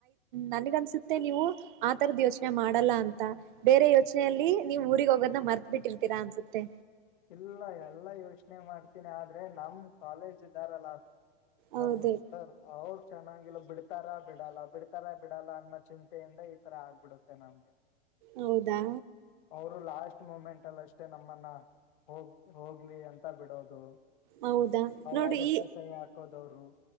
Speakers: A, on the right; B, on the left.
A: ನನಗನ್ಸುತ್ತೆ ನೀವು ಆ ತರದ ಯೋಚನೆ ಮಾಡ ಅಂತ ಬೇರೆ ಯೋಚನೆಯಲ್ಲಿ ನೀವ್ ಊರಿಗೆಗ್ ಹೋಗೋದನ ಮರ್ತ್ ಬಿಿಟ್ಟಿರ್ತೀರಾ ಅನ್ಸುತ್ತೆ
B: ಇಲ್ಲ ಎಲ್ಲಾ ಯೋಚನೆ ಮಾಡ್ತೀನಿ ಆದ್ರೆ ನಮ್ ಕಾಲೇಜ್ ಇದ್ದಾರಲ್ಲ
A: ಹೌದು
B: ನಮ್ಮ ಅವರು ಚೆನ್ನಾಗಿ ಲ ಬಿಡ್ತಾರ ಬಿಡಲ್ಲ ಬಿಡ್ತಾರಾ ಬಿಡಲ್ಲ ಅನ್ನೋ ಚಿಂತೆಯಿಂದ ಈ ತರ ಆಗ್ಬಿಡುತ್ತೆ ನಮ್ಗೆ
A: ಹೌದಾ
B: ಅವರು ಲಾಸ್ಟ್ ಮೂಮೆಂಟ್ ಅಲ್ಲಿ ಅಷ್ಟೇ ನಮ್ಮನ್ನ ಹೋಗ ಹೋಗ್ಲಿ ಅಂತ ಬಿಡೋದು
A: ಹೌದಾ
B: ಅವಾಗಷ್ಟೇ
A: ನೋಡಿ ಈ
B: ಸರಿ ಹಾಕೋದವರು